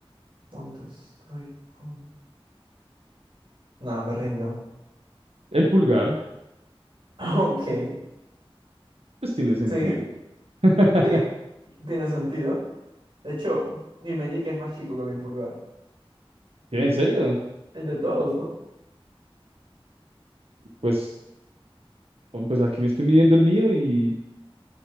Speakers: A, on the right; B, on the right.
A: Cuando estoy contento. No, me rindo.
B: El pulgar,
A: <laughs> Ok,
B: pues tiene sentido.
A: sí,
B: <laughs>
A: sí, tiene sentido. De hecho, mi meñique es más chico que mi pulgar.
B: ¿Qué, en serio?
A: El de todos, ¿no?
B: Pues, oh, pues aquí me estoy midiendo el mío y